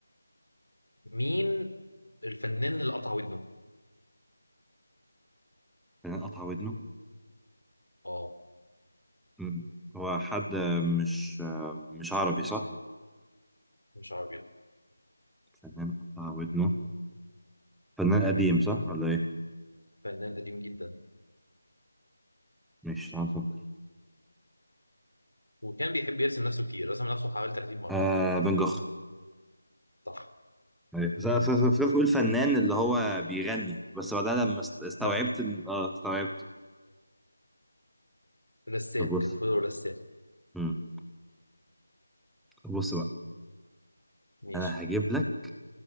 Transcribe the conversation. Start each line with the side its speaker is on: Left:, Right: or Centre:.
Left: مين الفنان اللي قطع ودنه
Centre: فنان قطع ودنه
Left: اه
Centre: أمم. هو حد مش مش عربي صح؟
Left: مش عربي ده
Centre: فنان قطع ودنه فنان
Left: مم.
Centre: قديم صح ولا ايه؟
Left: فنان قديم جدا
Centre: مش تعال نفكر
Left: وكان بيحب يرسم نفسه كتير رسم نفسه حوالي 30 مره
Centre: آه فان جوخ
Left: صح
Centre: أيوة. بس انا ف- ف- فكرت بقول فنان اللي هو بيغني بس بعدها لما است- استوعبت
Left: لا
Centre: ان اه استوعبت
Left: رسام
Centre: طب بص
Left: كان المفروض هو رسام
Centre: مم. طب بص بقى
Left: ماشي
Centre: انا هجيب لك